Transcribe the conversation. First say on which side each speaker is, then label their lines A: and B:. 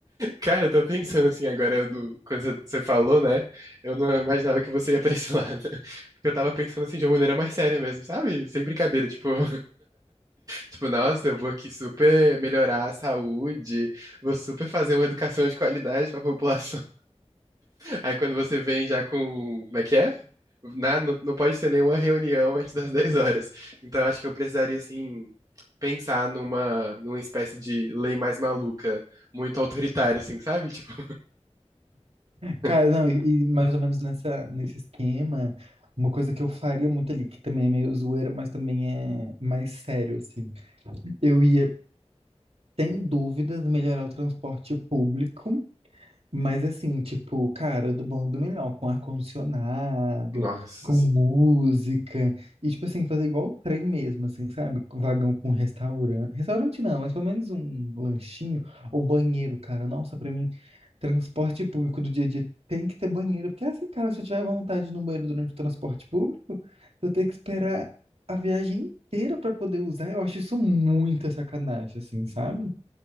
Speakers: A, on the right (about 35°); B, on the right (about 65°).
A: Cara, eu tô pensando assim agora, no- quando você você falou, né? Eu não imaginava que você ia pra esse lado. <laughs> Porque eu tava pensando assim de uma maneira mais séria mesmo, sabe? Sem brincadeira, tipo. <laughs> Tipo, nossa, eu vou aqui super melhorar a saúde, vou super fazer uma educação de qualidade pra população. Aí quando você vem já com. Como é que é? Nada, não, não pode ter nenhuma reunião antes das <laughs> 10 horas. Então acho que eu precisaria, assim, pensar numa, numa espécie de lei mais maluca, muito autoritária, assim, sabe? Tipo. <laughs>
B: Cara, não, e, e mais ou menos nessa, nesse esquema, uma coisa que eu faria muito ali, que também é meio zoeira, mas também é mais sério, assim. Eu ia, sem dúvidas, melhorar o transporte público Mas assim, tipo, cara, do bom e do melhor, com ar-condicionado,
A: Nossa,
B: com
A: assim.
B: música, e tipo assim, fazer igual o trem mesmo, assim, sabe? Com Vagão com restaurante. Restaurante não, mas pelo menos um lanchinho ou banheiro, cara. Nossa, pra mim, transporte público do dia a dia tem que ter banheiro, porque assim, cara, se eu tiver vontade de ir no banheiro durante o transporte público, eu tenho que esperar a viagem inteira pra poder usar. Eu acho isso muita sacanagem, assim, sabe?